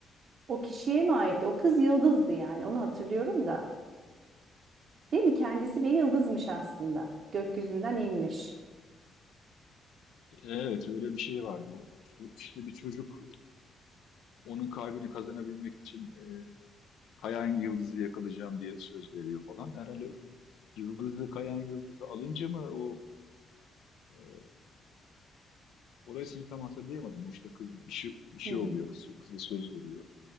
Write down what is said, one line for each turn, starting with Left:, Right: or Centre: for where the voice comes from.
Right: o kişiye mi aitti? O kız yıldızdı yani onu hatırlıyorum da. Değil mi? Kendisi bir yıldızmış aslında. Gökyüzünden inmiş.
Left: Evet öyle bir şey vardı. O, ço- işte bir çocuk onun kalbini kazanabilmek için Kayan Yıldız'ı yakalayacağım diye söz veriyor falan. Herhalde Yıldız'ı, Kayan Yıldız'ı alınca mı o e, orasını tam hatırlayamadım. O işte kız bir şey, bir şey
Right: Hmm.
Left: oluyor kız, kıza söz veriyor.